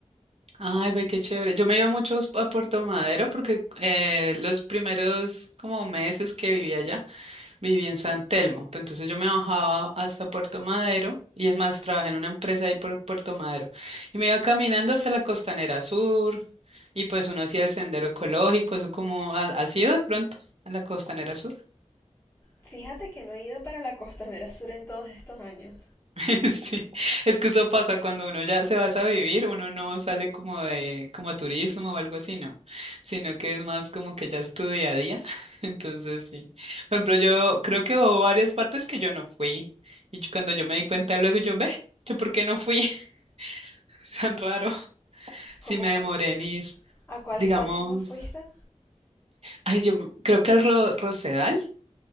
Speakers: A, on the right (about 55°); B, on the left (about 20°).
A: Ay, ve qué chévere. Yo me iba mucho a Puerto Madero porque eh, los primeros como meses que vivía allá. viví en San Telmo. Pues entonces yo me bajaba hasta Puerto Madero y es más, trabajé en una empresa ahí por Puerto Madero y me iba caminando hasta la Costanera Sur y pues uno hacía el sendero ecológico, eso como, ¿ha, ha sido de pronto a la Costanera Sur?
B: Fíjate que no he ido para la Costanera Sur en todos estos años.
A: <laughs> Sí, es que eso pasa cuando uno ya se va a vivir, uno no sale como de como a turismo o algo así, no, sino que es más como que ya es tu día a día. <laughs> Entonces, sí. Por ejemplo, yo creo que hubo varias partes que yo no fui y yo- cuando yo me di cuenta luego yo, ve, yo por qué no fui, <laughs> tan raro.
B: ¿Cómo
A: sí me
B: cua-
A: demoré en ir,
B: ¿A cuáles
A: digamos,
B: partes no fuiste?
A: ay, yo me- creo que al Ro- Rosedal